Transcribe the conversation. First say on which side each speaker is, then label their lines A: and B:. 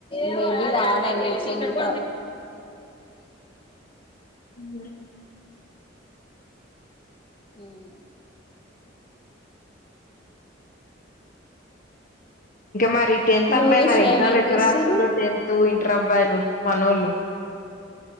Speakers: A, on the left; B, on the left.
A: మేబి రాడానేసి ఇంక
B: మ్
A: ఉమ్
B: మరి టెన్త్ అబ్బాయి
A: మూవీస్
B: మరి ఎగ్జామ్లు
A: ఏమేం
B: ఎట్ల
A: చూస్తుర్రు
B: రాస్తుండో టెన్త్ ఇంటర్ అబ్బాయిలు మనోలు